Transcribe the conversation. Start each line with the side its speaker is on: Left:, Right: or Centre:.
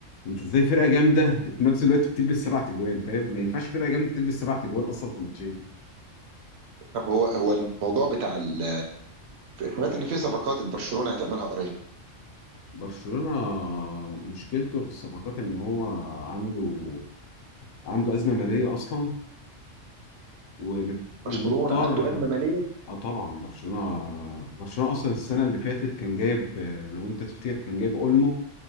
Left: أنت إزاي فرقة جامدة وفي نفس الوقت بتلبس سبع تجوان فاهم ما ينفعش فرقة جامدة تلبس سبع تجوان أصلا في ماتشين
Right: طب هو هو الموضوع بتاع ال سمعت ان في صفقات برشلونة هتعملها قريب
Left: برشلونة مشكلته في الصفقات إن هو عنده عنده أزمة مالية أصلا وبت- ومضطر
Right: برشلونة عنده أزمة مالية
Left: اه طبعا برشلونة برشلونة اصلا السنة اللي فاتت كان جايب آه، لو انت تفتكر كان جايب اولمو